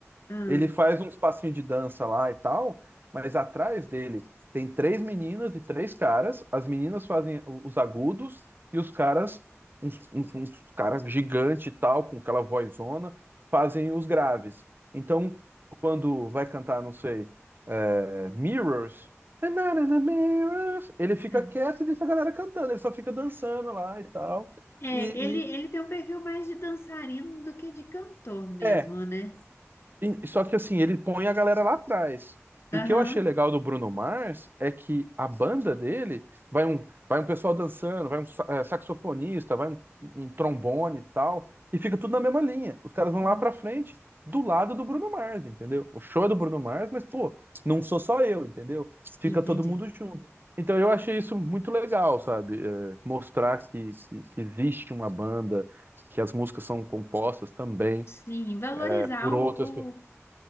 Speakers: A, on the left (about 55°); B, on the right (about 45°).
A: Ah.
B: Ele faz uns passinhos de dança lá e tal, mas atrás dele tem três meninas e três caras. As meninas fazem o- os agudos e os caras, uns, uns, uns caras gigante e tal, com aquela vozona, fazem os graves. Então, quando vai cantar, não sei, é, Mirrors, I'm not in the mirrors, ele fica
A: ah.
B: quieto e deixa a galera cantando, ele só fica dançando lá e tal.
A: É,
B: E,
A: ele,
B: e-
A: ele tem um perfil mais de dançarino do que de cantor mesmo,
B: é,
A: né?
B: E- só que assim, ele põe a galera lá atrás.
A: Aham.
B: E o que eu achei legal do Bruno Mars é que a banda dele vai um, vai um pessoal dançando, vai um sa- eh, saxofonista, vai um, um trombone e tal, e fica tudo na mesma linha. Os caras vão
A: Uhum.
B: lá pra frente, do lado do Bruno Mars, entendeu? O show é do Bruno Mars, mas pô, não sou só eu, entendeu? Fica
A: Entendi.
B: todo mundo junto. Então eu achei isso muito legal, sabe? Eh, mostrar que, que que existe uma banda, que as músicas são compostas também
A: Sim, valorizar
B: é, por outras
A: o,
B: pessoas
A: o,